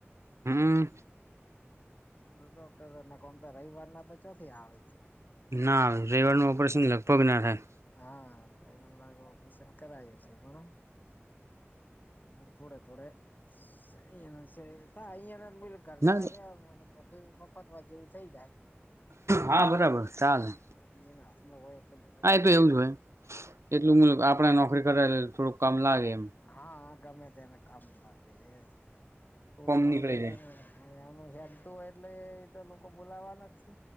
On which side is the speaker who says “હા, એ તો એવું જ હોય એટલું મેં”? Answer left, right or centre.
Right